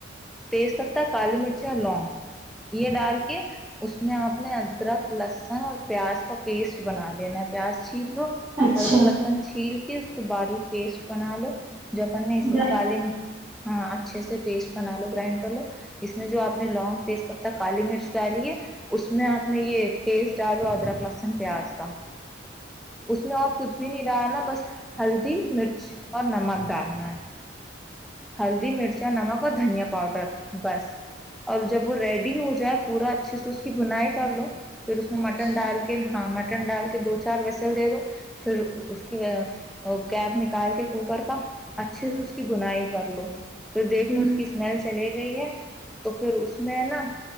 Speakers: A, in the centre; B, on the right (about 20°).
A: تیز پتہ کالی مرچ اور لونگ یہ ڈال کے اس میں آپ نے ادرک لسن اور پیاز کا پیسٹ ک بنا لین پس <unintelligible> چھیل
B: اچھا
A: ارلہ تند چیل اس کو باریک پیسٹ بنا لو جاپان نے اس
B: گرائنڈ،
A: میں کال <unintelligible> ہاں اچھے سے پیسٹ بنا لو گرائنڈ کر لو اس میں جو آپ نے لونگ تیز پتہ کالی مرچ ڈالی ہے اس میں آپ نے یہ پیسٹ ڈالو ادرک لہسن پیاز اس میں اور کچھ بھی نہیں ڈالنا بس ہلدی مرچ اور نمک ڈالنا ہے ہلدی مرچا نمک اور دھنیا پاؤڈر بس اور جب وہ ریڈی ہو جائے پورا اچھے سے اس کی بنائی کر لو پھر اس میں مٹن
B: اچھا
A: ڈال کے ہاں مٹن ن ڈال کے دو چار وسل دے دو پھر اس کی گب نکال کے کوکر کا اچھ اچھے سے اس کی بنائی کر لو پھر دیکھ
B: ہوں،
A: لو اس کی اسمیل چلی گئی ہے تو پھر اس میں نا